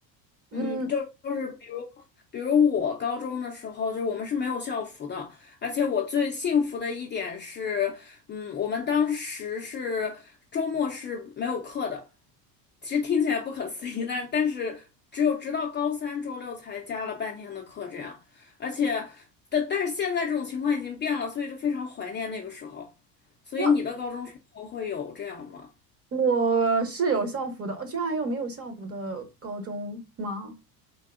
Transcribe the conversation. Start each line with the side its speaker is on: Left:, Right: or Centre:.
Right: 嗯，
Left: 嗯，就就是比如，比如我高中的时候，就是我们是没有校服的，而且我最幸福的一点是，嗯，我们当时是周末是没有课的。其实听起来不可思议，但但是只有直到高三周六才加了半天的课这样，而且但但是现在这种情况已经变了，所以就非常怀念那个时候。所以你的高中生活会有这样吗？
Right: 我我是有校服的，呃居然还有没有校服的高中吗？